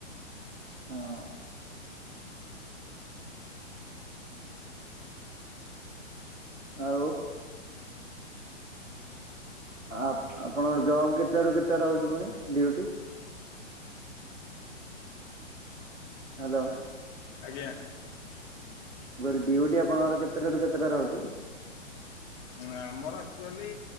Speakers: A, on the right (about 80°); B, on the left (about 35°).
A: ହଁ। ଆଉ। ଆ ଆପଣଙ୍କ ଜବ୍ କେତେଟା ରୁ କେତେ ରହୁଛି? କଣ ଡ଼ିଉଟି! ହାଲୋ।
B: ଆଜ୍ଞା।
A: ମୁ କହିଲି ଡିଉଟି ଆପଣଙ୍କର କେତେଟାରୁ କେତେଟା ରହୁଛି?
B: ଆମର ଆକ୍ଚୁଆଲି